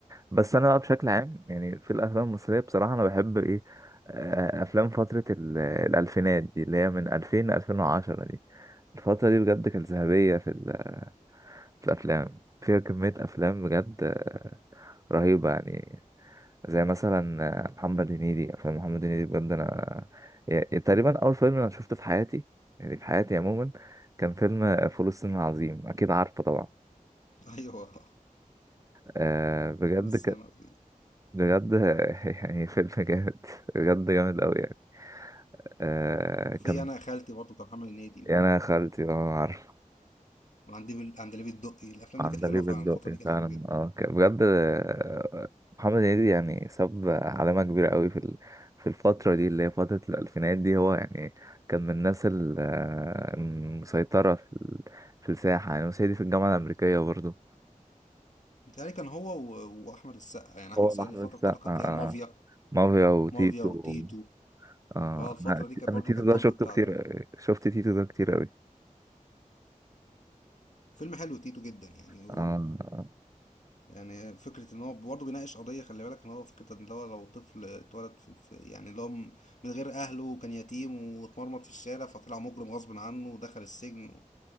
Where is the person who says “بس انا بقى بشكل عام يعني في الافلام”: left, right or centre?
Right